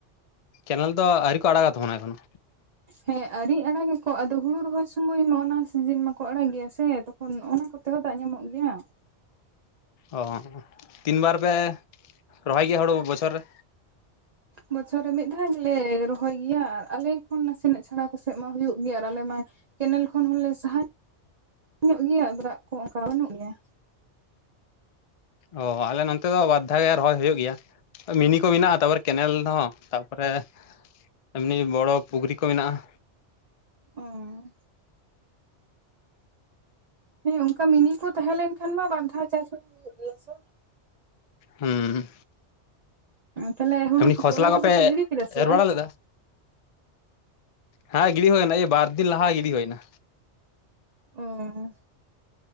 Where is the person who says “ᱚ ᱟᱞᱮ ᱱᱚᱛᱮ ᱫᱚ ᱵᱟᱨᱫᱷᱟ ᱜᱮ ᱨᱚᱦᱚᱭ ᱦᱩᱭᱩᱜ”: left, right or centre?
Left